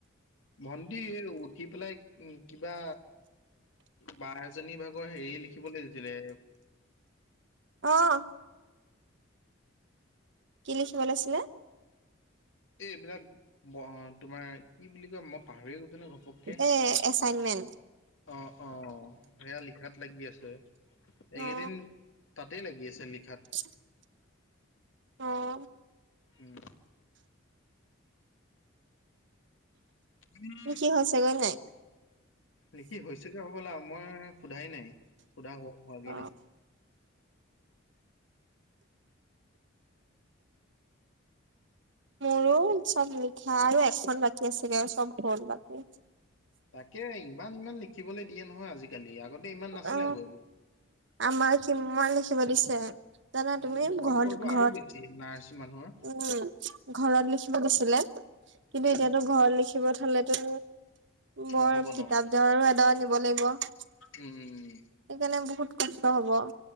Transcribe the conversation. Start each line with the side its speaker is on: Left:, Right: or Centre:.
Left: ভন্টি উঠি পেলাই উ কিবা বা এজনী ভাগৰ হেৰি লিখিবলৈ দিছিলে
Right: অ'। কি লিখিব ওলাইছিলে।
Left: এই এইবিলাক ব তোমাৰ কি বুলি কয় ম পাহৰি গৈছে ন ঘপককে
Right: এ এচাইনমেন্ট
Left: অ', অ', সেয়া লিখাত লাগি আছে এইকেইদিন
Right: অ
Left: তাতেই লাগি আছে লিখাত।
Right: <inaudible> অ'।
Left: উম। <unintelligible>
Right: লিখি হৈছেগৈ নাই
Left: নেকি হৈছে হ'বলা মই সোধাই নাই সোধা হোৱাগে
Right: অ
Left: নাই।
Right: মোৰো চব লিখা আৰু এখন বাকী আছিলে আৰু চব হ'ল বাৰু।
Left: তাকে ইমান, ইমান লিখিবলৈ দিয়ে নহয় আজিকালি আগতে ইমান নাছিলে
Right: অ
Left: আগৰি।
Right: আমাৰ কিমান লিখিব দিছে। জানা
Left: উম
Right: তুমি
Left: তোমালোকৰতো
Right: ঘৰত, ঘৰত
Left: আৰু বেছি নাৰ্ছ মানুহৰ
Right: উম, ঘৰত লিখিব গৈছিলে। কিন্তু
Left: উম।
Right: এতিয়াতো ঘৰত লিখিব থলেতো বৰ
Left: নহ'ব
Right: কিতাপ
Left: ন।
Right: জৰো এড নিব লাগিব।
Left: উম, উম, উম।
Right: সেইকাৰণে বহুত কষ্ট হ'ব।